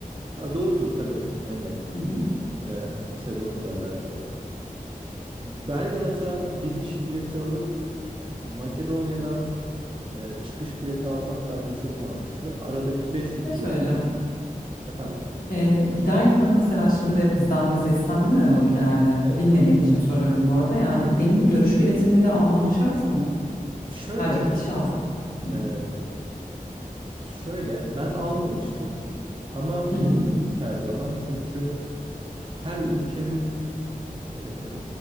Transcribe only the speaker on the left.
Hı hı.
Ne söyleyeceğim?
Ee, giderken mesela şimdi bizden vize istenmiyor ya o ülkelerde.
Bilmediğim için soruyorum bu arada. Yani
benim dönüş biletimi de almam şart mı?
Sadece gidişi alsam. Hı
Hı hı